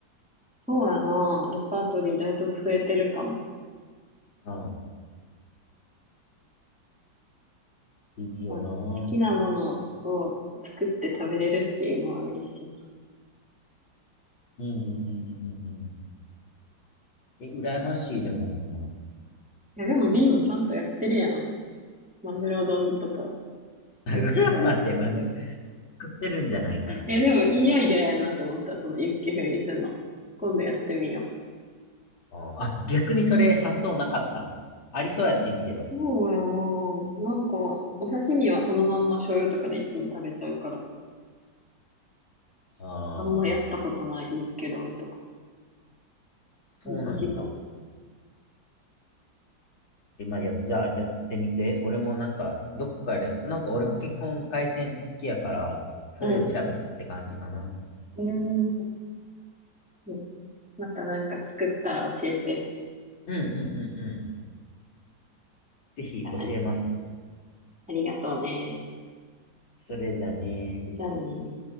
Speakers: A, in the centre; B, on the left.
A: そうやな。レパートリーだいぶ増えてるかも。
B: うん。いいよな。
A: 好きなものを作って食べれるっていうのは嬉しいな。
B: うんうんうんうんうんうん。え、羨ましい、でもほんま。
A: いや、でも B もちゃんとやってるやん。マグロ丼とか、
B: <laughs> マグロまで、
A: 美味しそうや。い
B: マグ作ってるんじゃないかな。
A: や、でもいいアイデアやなって思った、そのユッケ風にするの。今度やってみよう。
B: あーあ、逆にそれ発想なかったんありそうやってんけど。
A: そうやな。なんか、お刺身はそのまんま醤油とかでいつも食べちゃうから、
B: ああ、
A: あんまやったことないユッケ丼とか。
B: そうなんや。
A: でも美味しそ
B: 今や、じゃあやってみて。俺もなんか、どっかで、なんか俺も結婚回線好きやから、それで調べたって感じかな。
A: う。うん。うーん。またなんか作ったら教えて。
B: うんうんうんうん。ぜひ教えますと。
A: あ、ありがとうね。
B: それじゃね
A: じゃあね。